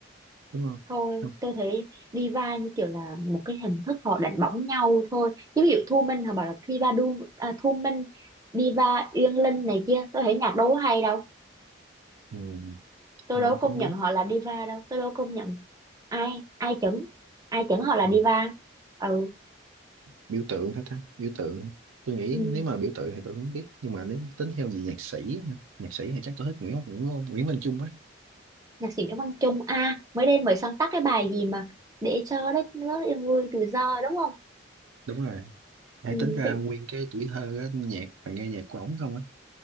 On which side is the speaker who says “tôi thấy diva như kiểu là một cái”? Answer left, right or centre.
Right